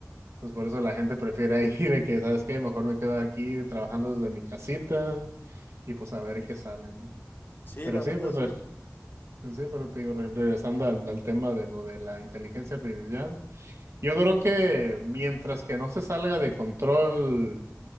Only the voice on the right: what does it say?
Entonces por eso la gente prefiere ahí de que, ¿sabes qué? Mejor me quedo aquí trabajando desde mi casita y pues a ver qué sale, ¿no?
Pero
sí,
pues
re- pues, sí, pero te digo, re- regresando al, al tema de lo de la inteligencia artificial, yo creo que mientras que no se salga de control